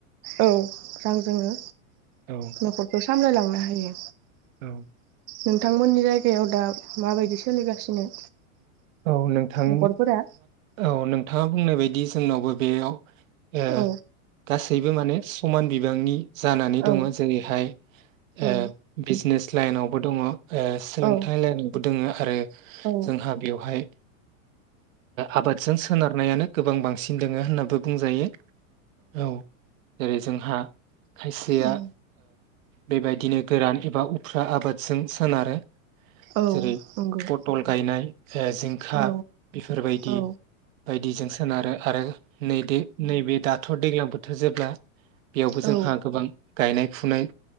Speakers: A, on the right (about 25°); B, on the right (about 65°).
A: औ रांजोंनो
B: औ
A: न'खरखौ स सामलायलांनो हायो।
B: औ।
A: नोंथांमोननि जायगायाव दा माबायदि सोलिगासिनो?
B: औ नोंथां
A: न'खरफोरा?
B: औ नों थाङा बुंनाय बायदि जोंनावबो बेयाव ए गासै
A: औ
B: गासैबो माने समान बिबांनि जानानै दङ'
A: औ
B: जेरैहाय
A: औ
B: ओ बिजनेस लायेइनावबो दङ'। ओ सोलोंथाइ
A: औ
B: लाइन दोङो आरो
A: औ
B: जोंहा बेयाव बेहाय आबादजों सोनारनायानो गोबां बांसिन दङो होननानैबो बुंजायो औ जेरै जोंहा खायसेया
A: उम
B: बेबायदिनो गोरान एबा उफ्रा आबादजों सोनारो
A: औ
B: जेरै
A: नंगौ
B: पथल गायनाय। जिंखा
A: औ
B: बेफोर बायदि
A: औ
B: बायदिजों सोनारो आरो नैे नैबे दाथ' दैज्लां बोथोर जेब्ला बेयावबो
A: औ
B: जोंहा गोबां गायनाय फुनाय